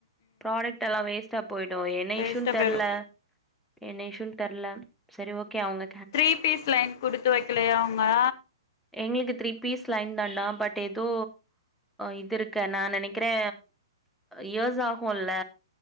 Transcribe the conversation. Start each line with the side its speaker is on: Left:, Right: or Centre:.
Centre: ப்ராடக்ட் எல்லா வேஸ்ட்டா போய்டு என்ன
Left: வேஸ்ட்டா
Centre: இஷ்யுன் தெர்ல
Left: போயிரு
Centre: என்ன இஷ்யுன்னு தெர்ல செரி ஓகே அவுங்க
Left: த்ரீ பீஸ் லைன் குடுத்து வெக்கலையா அவுங்க
Centre: எங்ளுக்கு த்ரீ பீஸ் லைன்தான்டா பட் எதோ இது இருக்க நா நெனை க்கிறே இயர்ஸ் ஆகுல்ல